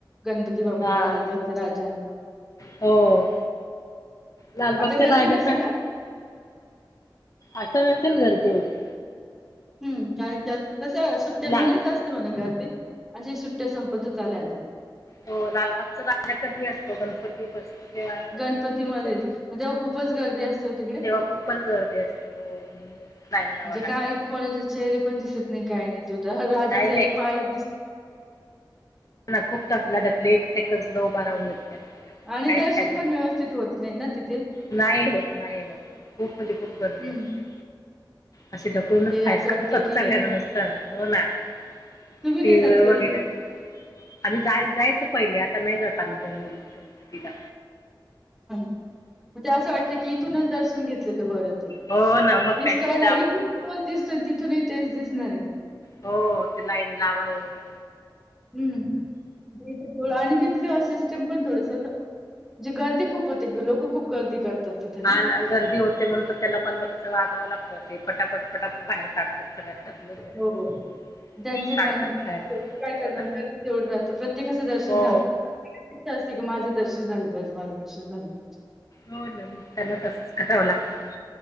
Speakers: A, in the centre; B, on the left.
A: गणपती बाप्पा
B: हा
A: लालबागचा राजा.
B: हो लालबागच्या
A: आता गर्दी
B: राजाचा
A: नसेल ना!
B: आता नसेल गर्दी एवढी.
A: हम् आणि त्यात तस सुट्ट्यांमध्येच
B: लाल
A: असते मला तर. अशी सुट्ट्या संपत्तचं आल्या आता.
B: हो लालबागचा राजा कधी असतो? गणपती बसतो. तेव्हा असतो
A: गणपतीमध्येच
B: लालबागचा राजा
A: मग तेव्हा खूपच गर्दी असते हो तिकडे.
B: तेव्हा खूपच गर्दी असते हो मुली लाईन लावा
A: म्हणजे
B: लागते
A: काय कोणाचे चेहरे पण दिसत नाही. काय नाही. तो तर राजाचा
B: नाही
A: एक
B: नाही
A: पाय दिसत.
B: ना खूप ढकला ढकली <unintelligible>
A: आणि
B: काय
A: दर्शन
B: फायदा
A: पण
B: नाही
A: व्यवस्थित होत नाही ना तिथे.
B: नाही होत नाही होत खूप म्हणजे खूप गर्दी
A: हम्म
B: असते. असे ढकलूनच
A: ते
B: बाहेर
A: असं वाटतं
B: काढतात
A: की
B: सगळ नुसतं हो ना.
A: तुम्ही
B: मी ती
A: नाही जात
B: व्ही
A: कधी
B: वर <unintelligible> आम्ही जाय जायच पहिले आता नाही जात आम्ही ग गणपतीला.
A: म्हणजे असं वाटत की इथूनच दर्शन घेतलेलं बरं.
B: हो ना मग
A: दिसतोय
B: काय तिथं
A: ना
B: आप
A: इथून तो दिसतोय तिथूनही तेच दिसणार आहे.
B: होत ती लाईन लावा एवढी.
A: हम्मो आणि तथली अ पण थोडस म्हणे गर्दी खूप होती लोक खूप गर्दी करतात तिथे ना
B: आणि गर्दी होते म्हणून तर त्याला पण म त्याच वागावं लागतं ते. फटापट पटापट बाहेर काढतात सगळ्यांना ढकलूनकलून
A: हो
B: ढकलून.
A: त्यांचं
B: काढतात
A: काय नाही
B: बाहेर
A: काय
B: हो
A: करणार
B: ना
A: गर्दी तेवढी राहते प्रत्येकाचं दर्शन
B: हो
A: झाल... इ असते की माझं दर्शन झालं पाहिजे माझं दर्शन झालं पाहिजे.
B: हो ना मग त्यांना तसच करावं लागतं म.